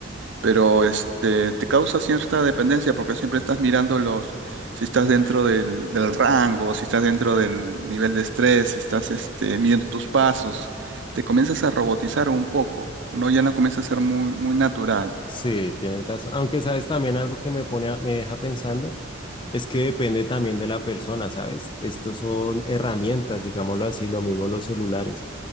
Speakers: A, on the right; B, on the left.
A: pero este, te causa cierta dependencia porque siempre estás mirando los, si estás dentro del, del rango, si estás dentro del nivel de estrés, si estás este, midiendo tus pasos, te comienzas a robotizar un poco, ¿no? Ya no comienza a ser muy, muy natural.
B: Sí, tienes razón. Aunque sabes también algo que me pone a- me deja pensando Es que depende también de la persona, ¿sabes? Estos son herramientas, digámoslo así, lo mismo los celulares.